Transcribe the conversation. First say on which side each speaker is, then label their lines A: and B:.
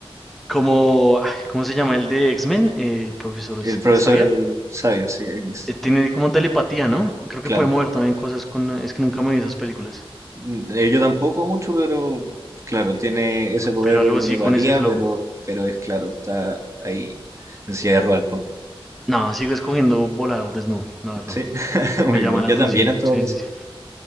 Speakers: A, in the centre; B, on the right (about 30°).
A: Como, ay, ¿cómo se llama el de X-Men? El profesor
B: <laughs>
A: S-
B: el profesor
A: Xavier.
B: Xavier, sí, X,
A: Eh, Tiene como telepatía, ¿no? Creo
B: claro.
A: que puede mover también cosas con... Es que nunca me vi esas películas.
B: Mm, eh, Yo tampoco mucho, pero claro, tiene ese poder
A: Pero algo
B: de
A: así
B: telepatía,
A: con ese flow.
B: pero, pero es claro, está ahí en silla de ruedas el pobre.
A: No, sigo escogiendo volar desnudo, la verdad.
B: Sí, <laughs>
A: Me
B: muy
A: llama
B: bien.
A: la
B: Yo
A: atención.
B: también en todo
A: Sí,
B: caso.
A: sí, sí.